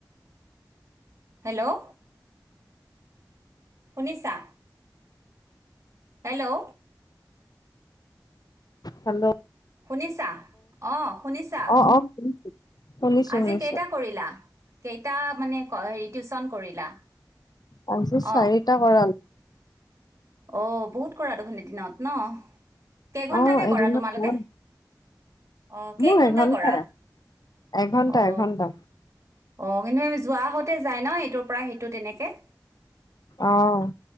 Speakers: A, on the right (about 45°); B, on the left (about 65°).
A: হেল্ল' শুনিছা হেল্ল'
B: হেল্ল'
A: শুনিছা অ শুনিছা
B: অ', অ', শুনিছোঁ, শুনিছোঁ,
A: আজি
B: শুনিছোঁ।
A: কেইটা কৰিলা কেইটা মানে হেৰি টিউচন কৰিলা
B: পচি চাৰিটা
A: অ
B: কৰালো
A: অ বহুত কৰা দেখুন ৰ দিনত ন কেইঘন্টাকে
B: অ', এদিনত
A: কৰা তোমালোকে
B: হ'ল
A: অ কেইঘন্টা
B: মোৰ এঘন্টাই,
A: কৰা
B: এঘন্টা,
A: অ
B: এঘন্টা
A: অ কিন্তু আমি যোৱাহঁতে যায় ন এইটোৰ পৰা সেইটো তেনেকে
B: অ'।